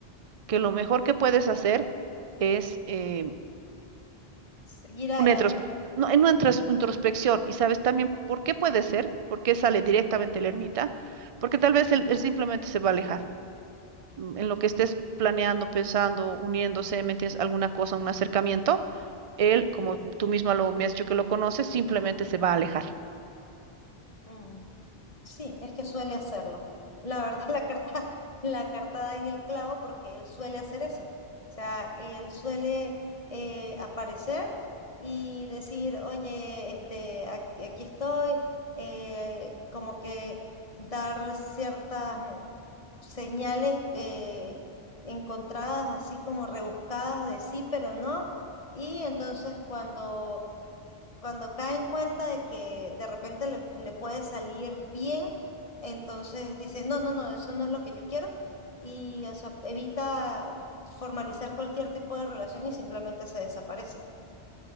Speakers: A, on the right; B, on the left.
A: que lo mejor que puedes hacer es eh,
B: Seguir
A: una
B: adelante.
A: introspe- no, en una
B: Ujú.
A: intros- introspección. Y sabes también por qué puede ser, por qué sale directamente el ermita, porque tal vez él, él simplemente se va a alejar. Mm, En lo que estés planeando, pensando, uniéndose, ¿me entiendes? Alguna cosa, un acercamiento, él, como tú misma lo, me has dicho que lo conoces, simplemente se va a alejar.
B: Mm. Sí, es que suele hacerlo. La verdad, <laughs> la carta, la carta da en el clavo porque él suele hacer eso. O sea, él suele eh, aparecer y decir, oye, este, aquí, aquí estoy, eh, como que dar ciertas mm, señales eh, encontradas, así como rebuscadas de sí, pero no. Y entonces cuando cuando cae en cuenta de que de repente le, le puede salir bien, entonces dice, no, no, no, eso no es lo que yo quiero. Y o sea, evita formalizar cualquier tipo de relación y simplemente se desaparece.